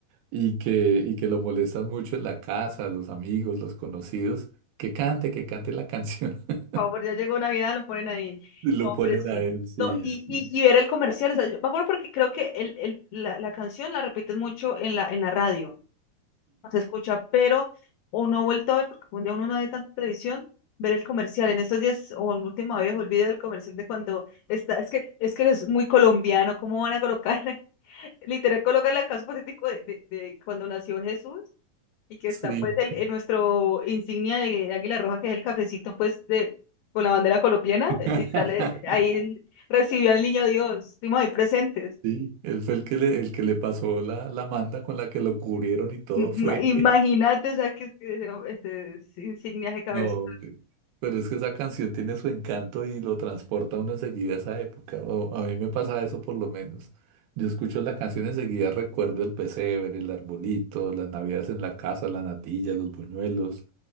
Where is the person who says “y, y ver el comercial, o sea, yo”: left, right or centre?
Left